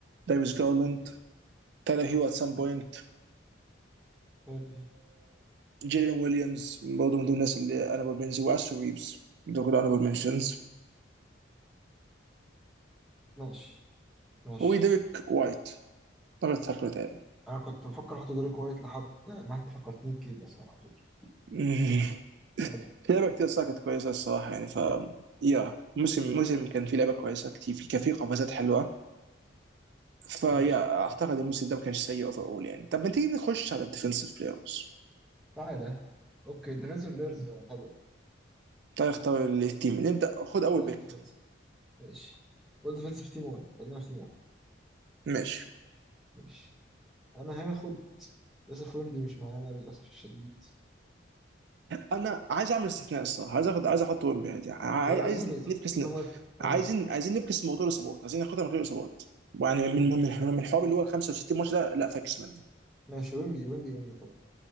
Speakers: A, on the right; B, in the centre.
A: دايفيس جارلاند تايلر هيو ات سام بوينت
B: طيب، هيل.
A: جيلين ويليامز برضه من ضمن الناس اللي انا ابل منشنز واسو ريفز دول كلهم انا ابل منشنز
B: ماشي ماشي
A: وديريك وايت طبعا تاكلوا تاني
B: انا كنت بفكر احط دوري كويت لحد ما انت فكرتني بكده اصلا على فكرة
A: <laughs>
B: بجد
A: في لعبه كتير صراحه كانت كويسه الصراحه يعني ف يا موسم موسم كان في لعبه كويسه كتير في كان
B: مم.
A: في قفزات حلوه فيا
B: ماشي
A: اعتقد
B: مم.
A: الموسم ده ما كانش سيء اوفر اول يعني طب ما تيجي نخش على الديفنسيف بلايرز
B: تعالى اوكي ديفensive بلايرز حلو
A: تعالى اختار التيم نبدا خد اول
B: اول
A: بيك
B: ديفنس ماشي اول ديفنس في تيمون خلينا في تيمون
A: ماشي
B: ماشي انا هاخد للاسف ويمبي مش معانا للاسف الشديد
A: انا عايز اعمل استثناء الصراحه عايز اخد عايز احط ويمبي عادي عاي-
B: انا لازم
A: عايز
B: يدخل
A: نفكس
B: انا
A: ن-
B: موافق انا
A: عايزين
B: موافق
A: عايزين نفكس موضوع الاصابات عايزين ناخدها من غير اصابات يعني من من من من الحوار اللي هو 65 ماتش ده لا فاكس منه
B: ماشي ويمبي ويمبي ان طبعا